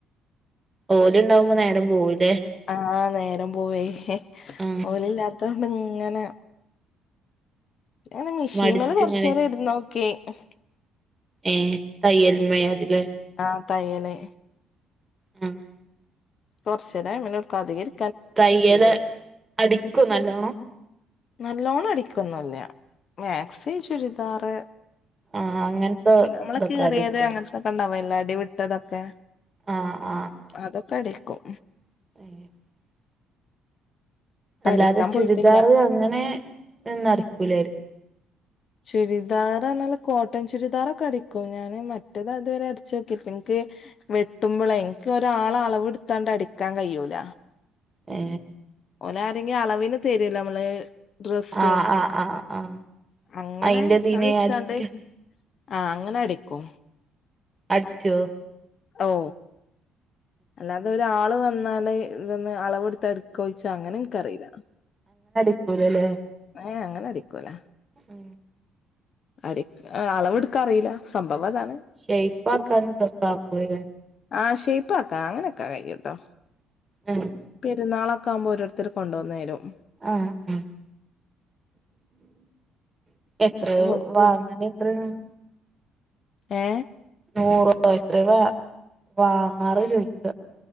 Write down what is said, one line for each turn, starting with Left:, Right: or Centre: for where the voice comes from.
Right: ഓല് ണ്ടാവുമ്പൊ നേരം പോവുംലെ
Left: ആ നേരം പോവെ
Right: ആ
Left: ഓലില്ലാത്ത ഇങ്ങനെ ങ്ങനെ മിഷീമ്മല്
Right: മടിച്ചിങ്ങനെ
Left: കൊറച്ചേരം ഇരുന്നോക്കി ഓഫ് <unintelligible>
Right: ഏ തയ്യൽമയാരില്ലേ
Left: ആ തയ്യലേ
Right: ആ
Left: തോർസേന മനൂട് കദഗിരി
Right: തയ്യല അടിക്കും നല്ലോണം
Left: നല്ലോണം അടിക്കൊന്നല്ല മാക്സേ ചുരിദാറ്
Right: ആ അങ്ങനത്തെ
Left: പിന്നെ നമ്മളെ
Right: ഇതൊക്കെ
Left: കയറിയത്
Right: അടിക്കോ
Left: അങ്ങനത്തെൊക്കെ ഉണ്ടാ നല്ലടി വിട്ടതൊക്കെ
Right: ആ ആ ആ
Left: അതൊക്കെ അടിക്കും
Right: <unintelligible>
Left: ഇപ്പ
Right: അല്ലാതെ
Left: അടിക്കാൻ
Right: ചുരിദാർ
Left: പോയിട്ടില്ല
Right: അങ്ങനെന്ന്ടിക്കൂലായിരിക്കും
Left: ചുരിദാറാ നല്ല കോട്ടൺ ചുരിദാറൊക്കെ അടിക്കും ഞാാന് മറ്റേതാ ഇതുവരെ അടച്ച് നോക്കിട്ട് നിനിക്ക് വെട്ടുമ്പോള എനിക്ക് ഒരാള അളവെടുത്താണ്ട് അടിക്കാൻ കഴിയൂല
Right: ഏ
Left: ഓനാരങ്കും അളവിന് തരുല്ലോ നമ്മള് ഡ്രസ്സ്
Right: ആഹ് ആഹ് ആഹ് ആഹ്
Left: അങ്ങനെ
Right: അയിന്റെതീന്
Left: അത് വച്ചാണ്ട്
Right: അടിക്ക
Left: ആ അങ്ങനെ എടക്കോ
Right: അടിച്ചു
Left: ഓ അല്ലാതെ ഒരാള് വന്നാണ് ഇതൊന്ന് അളവെടുത്ത് അടുക്കോഴിച്ച അങ്ങനെ എനക്ക്റിയില്ല
Right: അതല്ലേ
Left: ഞൻ അങ്ങനെ അടിക്കൂല
Right: ഉ
Left: അടി അളവെടുക്കാ അറിയില്ല സംഭവം അതാണ്
Right: ശപ്പാക്കാന്തക്കക്കയത
Left: ആ ഷേപ്പ് ആക്ക അങ്ങനെയൊക്കെ വൈട്ടോ
Right: ഏഹ്
Left: പെരുന്നാളൊെ ആകുമ്പോൾ ഓരോത്തർ കൊണ്ടുവന്നാലും
Right: ആ ആ എത്ര
Left: അപ്പൊ
Right: വാങ്ങണ്ട എത്രയാണ്
Left: ഏ
Right: നൂറ എത്രയ വാങ്ങാറ് ചോദിച്ച